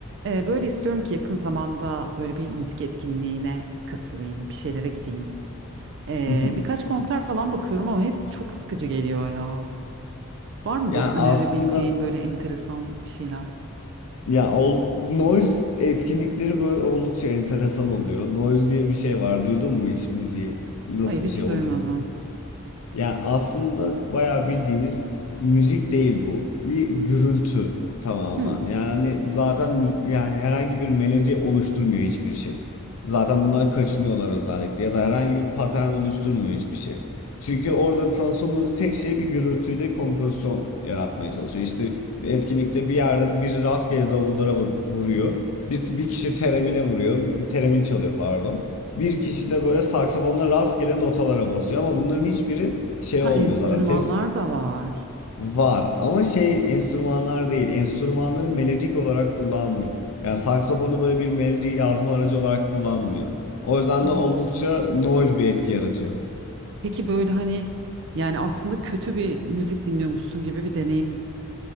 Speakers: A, on the right; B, on the left.
A: Ee, böyle istiyorum ki yakın zamanda böyle bir müzik etkinliğine katılayım, bir şeylere gideyim. Ee,
B: Hı hı.
A: birkaç konser falan bakıyorum ama hepsi çok sıkıcı geliyor ya. Var mı
B: Yani
A: böyle önerebileceğin
B: aslında
A: böyle enteresan bir şeyler?
B: ya ol, noise etkinlikleri böyle oldukça enteresan oluyor. Noise diye bir şey var. Duydun mu hiç müziği nasıl
A: Hayır hiç
B: bir şey olduğunu?
A: duymadım.
B: Yani aslında bayağı bildiğimiz müzik değil bu. Bir gürültü tamamen.
A: Hmm.
B: Yani zaten mü- yani herhangi bir melodi oluşturmuyor hiçbir şey. Zaten bundan kaçınıyorlar özellikle ya da herhangi bir patern oluşturmuyor hiçbir şey. Çünkü orada sana sunduğu tek şey bir gürültüyle kompozisyon yaratmaya çalışıyor. İşte etkinlikte bir yerde biri rastgele davullara vu- vuruyor. Bir, bir kişi teremine vuruyor. bir- Teremin çalıyor pardon. Bir kişi de böyle saksafonla rastgele notalara basıyor ama bunların hiçbiri şey
A: Ha
B: olmuyor
A: enstrümanlar
B: zaten ses
A: da var.
B: var ama şey enstrümanlar değil enstrümanları melodik olarak kullanmıyor. Yani saksafonu böyle bir melodi yazma aracı olarak kullanmıyor. O yüzden
A: Aa,
B: de oldukça
A: aa.
B: noise bir etki yaratıyor.
A: Peki böyle hani yani aslında kötü bir müzik dinliyormuşsun gibi bir deneyime